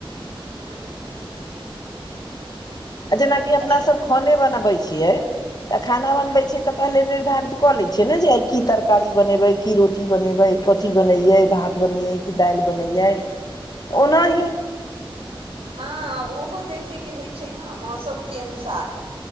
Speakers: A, on the right (about 80°); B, on the left (about 45°).
A: हँ
B: जेनाकि अपना
A: अच्छा
B: सभ खाने बनबै छियै तऽ खाना बनबे छै तऽ पहिले निर्धारित कऽ ले छै ने जे की तरकारी बनेबै की रोटी बनेबै कथी बनैयै भात बनैयै कि दालि बनैयै ओनाही
A: हँ ओहो देखय के होइत छै ने मौसम के अनुसार